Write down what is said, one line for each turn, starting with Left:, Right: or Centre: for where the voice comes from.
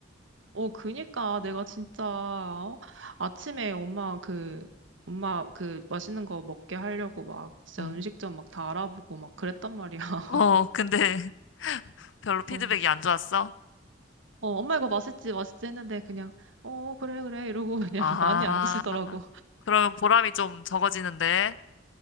Right: 어, 그니까 내가 진짜 어? 아침에 엄마 그 엄마 그 맛있는 거 먹게 하려고 막 진짜
Left: 어.
Right: 음식점 막 다 알아보고 막 그랬단 말이야. <laughs>
Left: 어, 근데 <laughs> 별로 피드백이
Right: 어.
Left: 안 좋았어?
Right: 어, 엄마 이거 맛있지, 맛있지 했는데 그냥 어, 그래, 그래 이러고 그냥
Left: 아,
Right: <laughs> 많이 안 드시더라고.
Left: 그러면 보람이 좀 적어지는데.